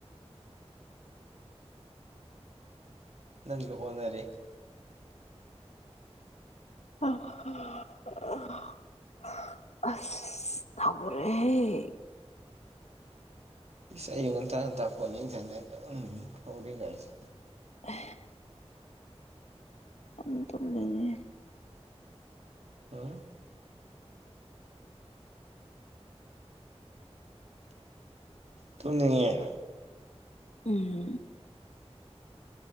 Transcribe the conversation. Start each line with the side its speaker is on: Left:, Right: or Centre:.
Right: ꯅꯪꯒ ꯑꯣꯟꯅꯔꯦ
Left: <unintelligible> ꯑꯁ ꯊꯧꯒ‌ꯔꯦꯍ‌ꯦ
Right: ꯏꯁ ꯑꯌꯨꯛ ꯉꯟꯇꯥ ꯉꯟꯇꯥ ꯐ‌ꯣꯟ ꯌ‌ꯦꯡ ꯁꯥꯟꯅꯔꯒ ꯎꯝ ꯐꯥꯎꯔꯤ ꯀꯥꯏꯁꯦ
Left: <unintelligible> <unintelligible> ꯇꯨꯝꯗ‌ꯣꯏꯅ‌ꯦ
Right: ꯍꯥꯥ ꯇꯨꯝꯅꯤꯡꯉꯦ
Left: ꯎꯝ